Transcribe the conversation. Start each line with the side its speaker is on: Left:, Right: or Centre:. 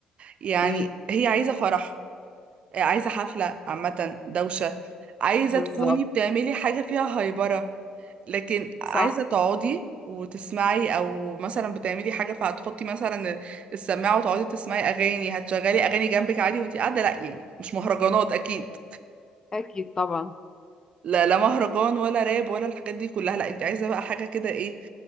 Right: يعني
Left: امم
Right: هي عايزه فرح عايزه حفله عامه دوشه عايزه
Left: بالظبط
Right: تكوني بتعملي حاجه فيها هايبره لكن عايزه
Left: صح
Right: تقعدي وتسمعي او مثلا بتعملي حاجه فهتحطي مثلا السماعه وتقعدي تسمعي اغاني هتشغلي اغاني جنبك عادي وانتي قاعده لا يعني مش مهرجانات اكيد
Left: اكيد طبعا
Right: لا لا مهرجان ولا راب ولا الحاجات دي كلها لا انت عايزه بقى حاجه كده ايه